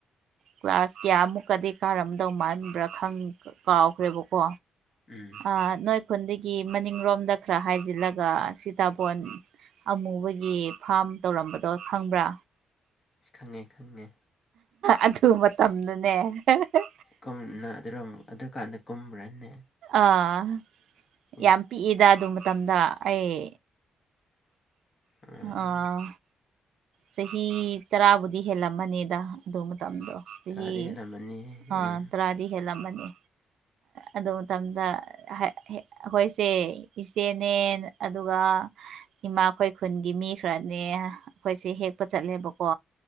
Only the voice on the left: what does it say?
ꯎꯝ
ꯏꯁ ꯈꯪꯉꯦ ꯈꯪꯉꯦ
ꯀꯨꯝ ꯅꯪ ꯑꯗꯨꯨꯔꯣꯝ ꯑꯗꯨꯀꯥꯟꯗ ꯀꯨꯝꯕ꯭ꯔꯅꯦ
ꯏꯁ
ꯎꯝ
ꯇꯔꯥꯗꯤ ꯍꯦꯜꯂꯝꯃꯅꯤ
ꯎꯝ